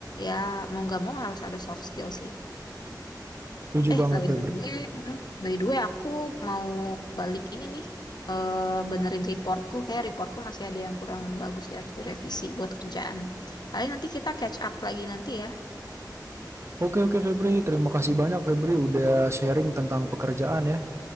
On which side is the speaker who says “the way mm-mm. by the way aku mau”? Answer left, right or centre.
Left